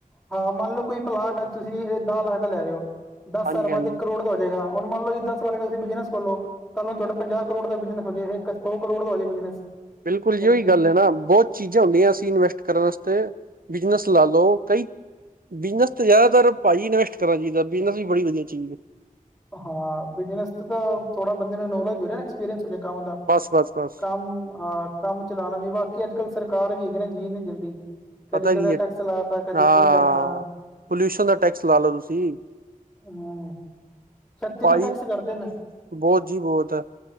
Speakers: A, in the centre; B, on the right (about 80°).
A: ਹਾਂ ਮੰਨ ਲਓ, ਕੋਈ ਪਲਾਟ ਅਜ ਤੁਸੀਂ ਇਹ ਦਸ ਲੱਖ ਦਾ ਲੈ ਰਹੇ ਹੋ, ਦਸ
B: ਹਾਂਜੀ
A: ਹਾਲ
B: ਹਾਂਜੀ
A: ਬਾਅਦ ਇੱਕ ਕਰੋੜ ਦਾ ਹੋ ਜਾਏਗਾ। ਹੁਣ ਮੰਨ ਲੋ ਜੀ, ਦਸ ਲੱਖ ਤੁਸੀ ਬਿਜਨਸ ਖੋਲੋ, ਕੱਲ੍ਹ ਤੁਹਾਡਾ ਪੰਜਾਹ ਕਰੋੜ ਦਾ ਬਜ਼ਨਸ ਹੋ ਜਾ, ਇਹ ਇੱਕ ਸੌ ਕਰੋੜ ਦਾ ਹੋ ਜਾਏ ਬਿਜਨਸ
B: ਬਿਲਕੁਲ ਜੀ,
A: ਯਾਨੀ
B: ਉਹੀ
A: ਕਿ
B: ਗੱਲ ਹੈ ਨਾ। ਬਹੁਤ ਚੀਜ਼ਾਂ ਹੁੰਦੀਆਂ ਅਸੀਂ ਇਨਵੈਸਟ ਕਰਨ ਵਾਸਤੇ, ਬਿਜਨਸ ਲਾ ਲਓ ਕਈ ਬਿਜਨਸ ਤਾਂ ਜ਼ਿਆਦਾਤਰ, ਭਾਈ ਇਨਵੈਸਟ ਕਰਨਾ ਚਾਹੀਦਾ, ਬਿਜਨਸ ਬੜੀ ਵਧੀਆ ਚੀਜ਼ਏ।
A: ਹਾਂ, ਬਿਜਨਸ ਤਾਂ ਥੋੜ੍ਹਾ ਬੰਦੇ ਨੂੰ ਨੌਲੇਜ ਹੋ ਜਾ, ਐਕਸਪੀਰੀਅੰਸ ਹੋਜਾਏ ਕੰਮ ਦਾ
B: ਬਸ, ਬਸ, ਬਸ।
A: ਕੰਮ ਹਾਂ ਕੰਮ ਚਲਾਉਣਾ ਵੀ, ਬਾਕੀ ਅੱਜ ਕੱਲ੍ਹ ਸਰਕਾਰ ਵੀ ਹੈਗੀ ਨੇ ਜੀਣ ਨਹੀਂ ਦਿੰਦੀ।
B: ਪਤਾ
A: ਕਦੀ - ਕਦੇ
B: ਕੀ ਹੈ
A: ਟੈਕਸ ਲਾ ਤਾ, ਕਦੀ
B: ਹਾਂ
A: ਕੀ ਕਰ ਤਾ
B: ਪੋਲਿਊਸ਼ਨ ਦਾ ਟੈਕਸ ਲਾ ਲਓ ਤੁਸੀਂ
A: ਹਾਂ। ਛੱਤੀ
B: ਭਾਜੀ
A: 'ਤੇ ਟੈਕਸ ਕਰਦੇ ਨੇ,
B: ਬਹੁਤ ਜੀ ਬਹੁਤ ਹੈ